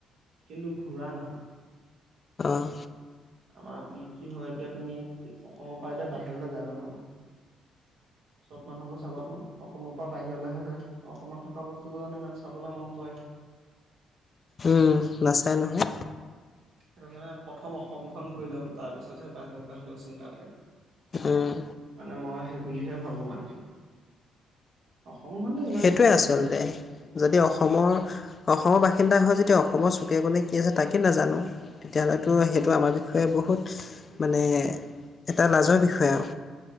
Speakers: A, on the right (about 75°); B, on the left (about 40°).
A: কিন্তু ঘূৰা নহয়
B: আহ
A: আমাৰ কি হয় এতিয়া তুমি অসমৰ পৰা এতিয়া বাহিৰলৈ যায় মানুহবোৰ। <inaudible> চব মানুহবোৰ চাবা চোন অসমৰ পৰা বাহিৰলৈহে যায় অসমত থকা বস্তুবোৰ জানো ইমান চাবলৈ মন কৰে। <inaudible>
B: উম নাচায় নহয়।
A: সেইটো কাৰণে প্ৰথম অসমখন ঘূৰি লম তাৰ পিছতহে বাহিৰ বাহিৰৰ চিন্তা কৰিম।
B: উম,
A: মানে মই সেই বুলিহে ভাবো মানে অসমখনতো ইমান
B: সেইটোৱেই
A: ধুনীয়া
B: আচলতে
A: ধুনীয়া বস্তু
B: যদি অসমৰ অসমৰ বাস- সিন্দা হয় যেতিয়া অসমৰ চোকে-কোণে কি আছে তাকে নাজানো তেতিয়াহলেতো সেইটো
A: অ
B: আমাৰ বিষয়ে বহুত মানে এটা লাজৰ বিষয়ে আও।